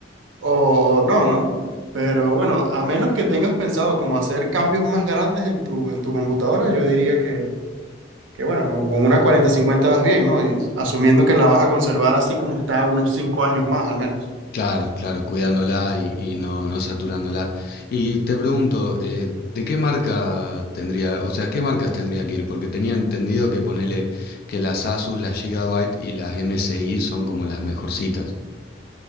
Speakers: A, on the right (about 85°); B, on the left (about 55°).
A: o no, ¿no? Pero bueno, a menos que tengas pensado como hacer cambios más grandes en tu, en tu computadora, yo diría que que bueno, con, con una cuarenta cincuenta vas bien, ¿no? Y asumiendo que la vas a conservar así como está unos 5 años más al menos.
B: claro, claro, cuidándola y, y no, no saturándola. Y te pregunto, eh, ¿de qué marca tendría, o sea, qué marcas tendría que ir? Porque tenía entendido que ponele que las Asus, las Gigabyte y las MSI son como las mejorcitas.